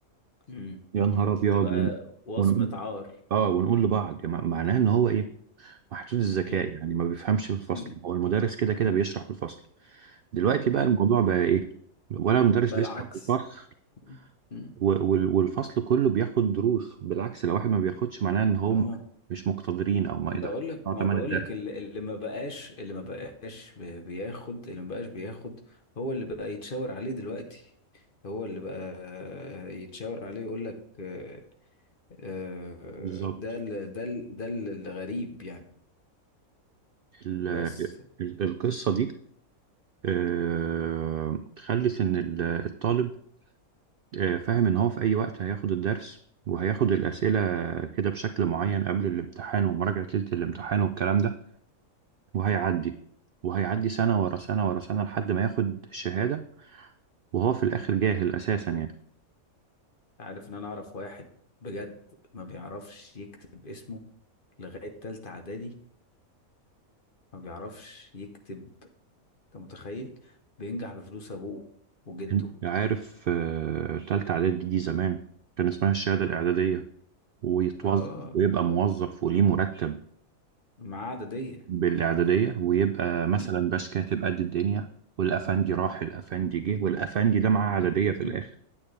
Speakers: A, on the left; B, on the right.
A: امم
B: يا نهار
A: امم
B: ابيض
A: تبقى
B: ون-
A: وصمة
B: ونقول
A: عار
B: اه ونقول لبعض يعني معناه ان هو ايه محدود الذكاء
A: يبقى-
B: يعني ما بيفهمش في الفصل
A: مم.
B: هو المدرس
A: مم.
B: كده كده بيشرح في الفصل دلوقتي بقى
A: ايوه
B: الموضوع بقى ايه ولا المدرس
A: بقى
B: بيشرح
A: العكس
B: في الفصل
A: مم. مم.
B: و- وال- والفصل كله بياخد دروس بالعكس لو واحد ما بياخدش معناه ان هم
A: بقى-
B: مش مقتدرين او ما
A: بقول
B: يقدرش
A: لك
B: يدفعوا
A: ما
B: تمن
A: بقول
B: الدرس
A: لك اللي اللي ما بقاش اللي ما بقاش بي- بياخد اللي ما بقاش بياخد هو اللي بقى يتشاور عليه دلوقتي هو اللي بقى يتشاور عليه يقول لك آه، آه،
B: بالظبط
A: ده ال- ده ال- ده الغريب يعني
B: ال-
A: بس
B: ال- القصة دي آه، خلت ان ال- الطالب آه، فاهم ان هو في اي وقت هياخد الدرس وهياخد الأسئلة كده بشكل معين قبل الامتحان ومراجعة ليلة الامتحان والكلام ده وهيعدي وهيعدي سنة ورا سنة ورا سنة لحد ما ياخد الشهادة وهو في الآخر جاهل أساسا يعني
A: عارف ان انا اعرف واحد بجد ما بيعرفش يكتب اسمه لغاية تالتة اعدادي ما بيعرفش يكتب انت متخيل بينجح بفلوس ابوه وجده
B: إن- عارف آه، تالتة إعدادي دي زمان كان اسمها الشهادة الإعدادية ويتوظف
A: اه
B: ويبقى موظف وليه مرتب
A: معاه عددية
B: بالإعدادية ويبقى مثلا
A: مم.
B: باش كاتب قد الدنيا والأفندي
A: مم.
B: راح الأفندي جه والأفندي ده معاه إعدادية في
A: مم.
B: الآخر